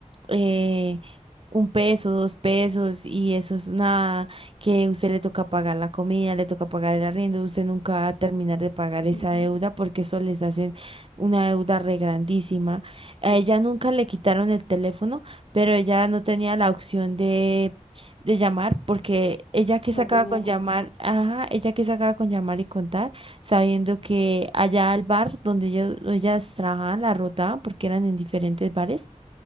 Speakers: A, on the right; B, on the left.
A: eh, un peso, dos pesos, y eso es nada, que usted le toca pagar la comida, le toca pagar el arriendo, usted nunca va a terminar de pagar esa
B: Ujú.
A: deuda porque eso les hacen una deuda re grandísima. A
B: Ok,
A: ella nunca le quitaron el teléfono pero ella no tenía la opción de, de llamar porque ella que
B: No
A: sacaba
B: tenía
A: con
B: confusión.
A: llamar, ajá, ella que sacaba con llamar y contar, sabiendo que allá al bar donde ellos, ellas trabajaban, la rotaban porque eran en diferentes bares,